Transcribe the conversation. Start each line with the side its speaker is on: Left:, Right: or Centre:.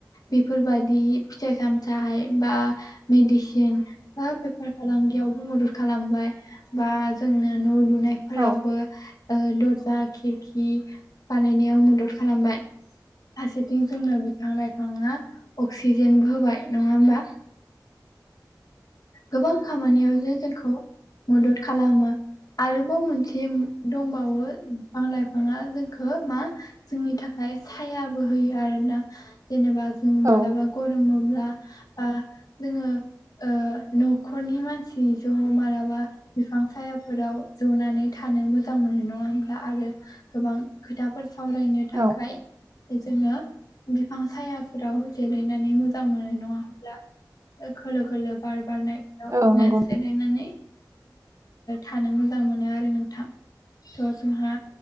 Left: बेफोरबादि फिथाइ सामथाइ बा मेडिसिन बा बेफार फालांगियावबो मदद खालामबाय बा जोंनो न' लुनायफोरावबो
Right: औ
Left: ओ दर्जा खिरखि खि बानायनायाव मदद खालामबाय फारसेथिं जोंनो बिफां लाइफाङा अक्सिजेनबो होबाय नङा होमबा गोबां खामानियावनो जोंखौ मदद खालामो आरोबाव मोनसे दंबावो बिफां लाइफाङा जोंखौ मा जोंनि थाखाय सायाबो होयो आरोना जेनेबा जों मालाबा
Right: औ
Left: गरमोब्ला बा जोङो ओ न'खरनि मानसि ज' मालाबा बिफां सायाफोराव जनानै थानो मोजां मोनो नङा होमब्ला आरो गोबां खोथाफोर सावरायनो थाखाय
Right: औ
Left: जोङो बिफां सायाफोराव जिरायनानै मोजां मोनो नङा होमब्ला खोलो खोलो बार बारनायाव
Right: औ
Left: जोङो
Right: नंगौ
Left: जिरायनानै थानो मोजां मोनो आरो नोंथां थ' जोंहा